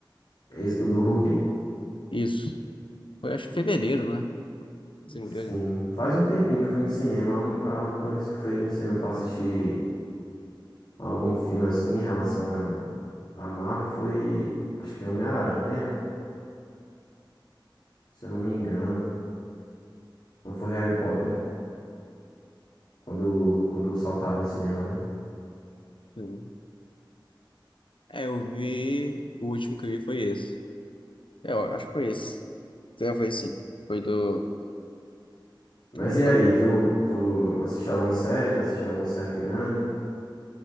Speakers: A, on the left; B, on the left.
A: Esse- o do Hulk?
B: Isso. Foi, acho que fevereiro, né? Se não
A: Sim.
B: me engano.
A: Faz um tempinho que eu fui no cinema. A un- a última vez que eu fui no cinema pra assistir algum filme, assim, em relação a, a Marvel foi, acho que Homem-Aranha, se eu não me engano. Ou foi Harry Potter, quando, quando saltaram no cinema, né?
B: Sim. É, eu vi. O último que eu vi foi esse. É, Eu acho que foi esse. É, foi sim. Foi do,
A: Mas
B: do...
A: e
B: Ca-
A: aí, tu, tu assistiu alguma série? Já assistiu alguma série grande?